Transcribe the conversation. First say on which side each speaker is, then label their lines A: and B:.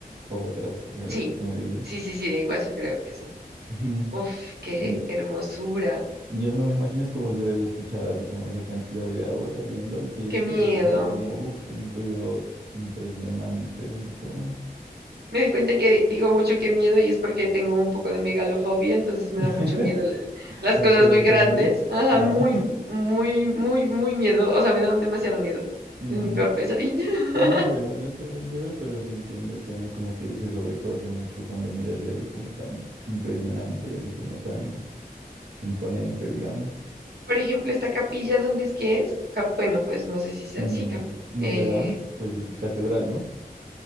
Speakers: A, on the right; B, on the right.
A: o otras, eran
B: sí,
A: las que tú me dices.
B: sí, sí, sí, de Iguazú creo que son.
A: Ujú.
B: Uf, qué
A: Mm,
B: hermosura,
A: Yo no me imagino es cómo se debe escuchar, así como esa cantidad de agua cayendo al tiempo.
B: qué miedo.
A: Debe ser como, uf, un ruido impresionante, así como
B: Me di cuenta que digo mucho que miedo y es porque tengo un poco de megalofobia, entonces me
A: <laughs>
B: da mucho miedo la- las
A: las
B: cosas
A: cosas
B: muy grandes.
A: grandes.
B: Ajá,
A: Ah,
B: muy, muy, muy, muy miedo. O sea, me dan demasiado miedo.
A: <laughs> mm,
B: Es mi peor pesadilla. <laughs>
A: A mí, bueno, no es que me dé miedo, pero sí entiendo que uno como que se sobrecoge mucho cuando mira así algo como tan impresionante y así como tan imponente, digamos.
B: Por ejemplo, esta capilla, ¿dónde es que es? Cap- bueno, pues no sé si sea,
A: Mm,
B: sí, cap-
A: Notre
B: eh,
A: Dame, pues l- catedral, ¿no?